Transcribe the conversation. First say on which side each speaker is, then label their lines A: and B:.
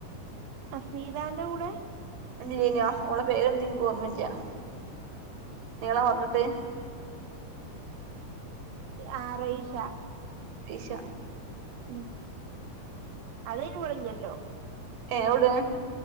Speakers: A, on the right; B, on the right.
A: അസീതാന്റെ കൂടെ
B: <unintelligible> ഓളെ പേരെന്താ എനിക്ക് ഓർമ്മല്ല നീളം കുറഞ്ഞിട്ട്
A: ആ റൈഷ
B: റൈഷ
A: ഉം അതിന് ഓള് ഇവിടെ ഇല്ലല്ലോ
B: ഏ എവിടെ